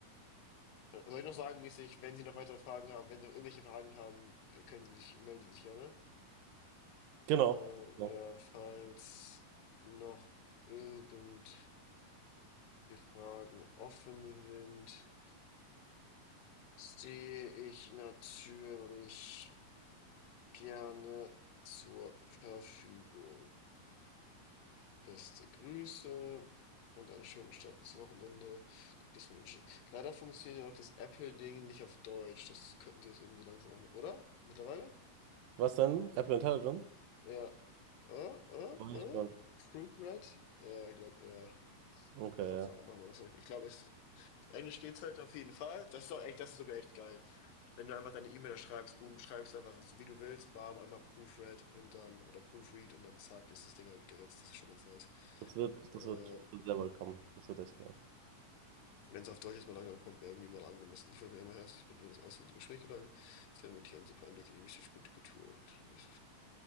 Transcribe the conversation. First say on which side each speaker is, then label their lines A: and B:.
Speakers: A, on the left (about 80°); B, on the right (about 80°).
A: Äh, Soll ich noch sagen, mäßig, wenn Sie noch weitere Fragen haben, wenn Sie noch irgendwelche Fragen haben, äh, können Sie sich, melden Sie sich gerne.
B: Genau.
A: Äh,
B: So.
A: ja, falls noch irgendwelche Fragen offen sind, stehe ich natürlich gerne zur Verfügung. Beste Grüße und einen schönen Start ins Wochenende. Die Discord- Leider funktioniert ja noch das Apple-Ding nicht auf Deutsch. Das könnten Sie jetzt irgendwie langsam auch mal, oder? Mittlerweile?
B: Was denn? Apple Intelligence?
A: Ja. Äh, äh,
B: Weiß
A: äh.
B: ich gar nicht.
A: Proofread? Ja, ich glaube, ja.
B: Okay,
A: Software,
B: ja.
A: machen wir das weg. Ich glaube, es- Englisch geht's halt auf jeden Fall. Das ist doch echt, das ist sogar echt geil. Wenn du einfach deine E-Mail da schreibst, boom, schreibst einfach, so wie du willst, bam, einmal Proofread und dann, oder Proofread und dann zack, ist das Ding halt geritzt. Das ist schon ganz nice.
B: Das wird,
A: Äh,
B: das wird, sehr bald kommen. Das wird echt geil.
A: Wenn es auf Deutsch jetzt mal langsam kommt, wäre irgendwie mal angemessen. Ich wollte mir immer herzlich bitten, wenn das alles in Gespräch gelang. Es wäre wirklich ein super Einblick in die Wichtigkeit die Kultur. Und ich